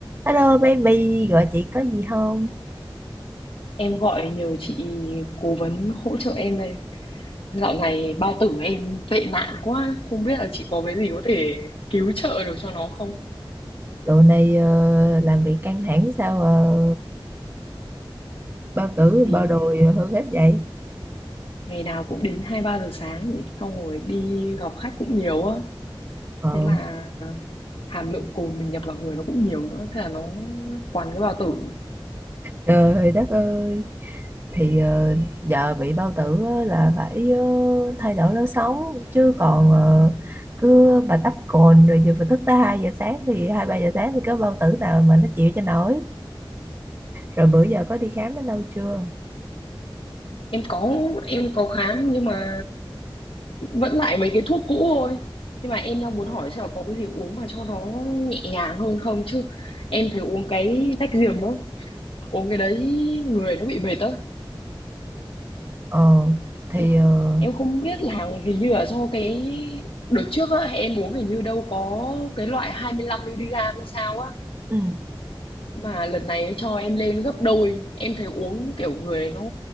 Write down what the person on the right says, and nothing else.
Hello baby, gọi chị có gì không?
Đồ này ờ, làm việc căng thẳng sao ờ, bao tử
bao đồi hơn hết vậy?
Ờ,
trời đất ơi, thì ờ, giờ bị bao tử á là phải ờ, thay đổi lối sống chứ còn ờ, cứ bà tắp cồn rồi giờ phải thức tới 2 giờ sáng thì 2 3 giờ sáng thì có bao tử nào mà nó chịu cho nổi. Rồi bữa giờ có đi khám đến đâu chưa?
Ờ thì
ờ,
ừ,